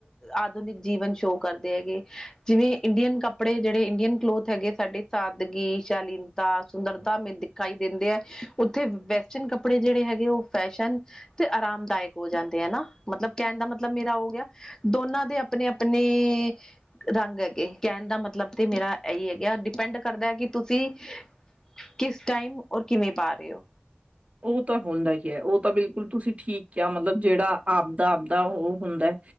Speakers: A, on the left; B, on the right.
A: ਆਧੁਨਿਕ ਜੀਵਨ ਸ਼ੋਅ ਕਰਦੇ ਹੈਗੇ। ਜਿਵੇਂ ਇੰਡੀਅਨ ਕੱਪੜੇ ਜਿਹੜੇ ਇੰਡੀਅਨ ਕਲੋਥ ਹੈਗੇ ਸਾਡੀ ਸਾਦਗੀ, ਸ਼ਾਲੀਨਤਾ, ਸੁੰਦਰਤਾ, ਮਿੱਦ। ਦਿਖਾਈ ਦਿੰਦੇ ਹੈ, ਉੱਥੇ ਵੈਸਟਰਨ ਕੱਪੜੇ ਜਿਹੜੇ ਹੈਗੇ ਉਹ ਫੈਸ਼ਨ ਤੇ ਆਰਾਮਦਾਇਕ। ਹੋ ਜਾਂਦੇ ਹਨਾ, ਮਤਲਬ ਕਹਿਣ ਦਾ ਮਤਲਬ ਮੇਰਾ ਹੋ ਗਿਆ ਦੋਨਾਂ ਦੇ ਆਪਣੇ, ਆਪਣੇ ਰੰਗ ਹੈਗੇ, ਕਹਿਣ ਦਾ ਮਤਲਬ ਤੇ ਮੇਰਾ ਇਹੀ ਹੈਗਾ ਡਿਪੈਂਡ ਕਰਦਾ ਕਿ ਤੁਸੀਂ ਕਿਸ ਟਾਈਮ ਔਰ ਕਿਵੇਂ ਪਾ ਰਹੇ ਹੋ।
B: ਉਹ ਤਾਂ ਹੁੰਦਾ ਹੀ ਹੈ, ਉਹ ਤਾਂ ਬਿਲਕੁਲ ਤੁਸੀਂ ਠੀਕ ਕਿਹਾ ਮਤਲਬ ਜਿਹੜਾ ਆਪਦਾ, ਆਪਦਾ ਉਹ ਹੁੰਦਾ